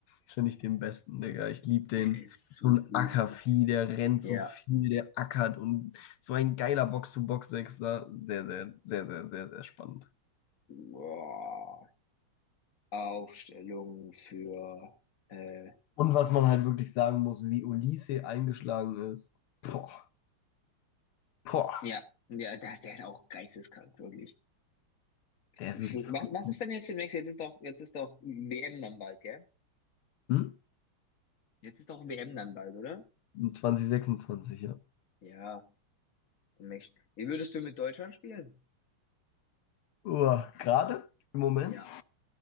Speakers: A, on the left; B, on the left.
A: Finde ich den besten, Digga. Ich liebe den.
B: Der ist
A: So
B: so
A: ein
B: gut.
A: Ackervieh, der rennt
B: Ja.
A: so viel, der ackert und so ein geiler Box-to-Box-Sechser. Sehr, sehr, sehr, sehr, sehr, sehr spannend.
B: Boah, Aufstellung für, äh,
A: Und was man halt wirklich sagen muss, wie Olise eingeschlagen ist. Boah. Boah,
B: ja, ja, das, der ist auch geisteskrank, wirklich.
A: der ist
B: Was,
A: wirklich verrückt
B: was
A: gut.
B: ist denn jetzt demnächst? Jetzt ist doch, jetzt ist doch WM dann bald, gell?
A: Hm?
B: Jetzt ist doch WM dann bald, oder?
A: 2026, ja.
B: Ja, demnächst. Wie würdest du mit Deutschland spielen?
A: Uah, gerade im Moment.
B: Ja,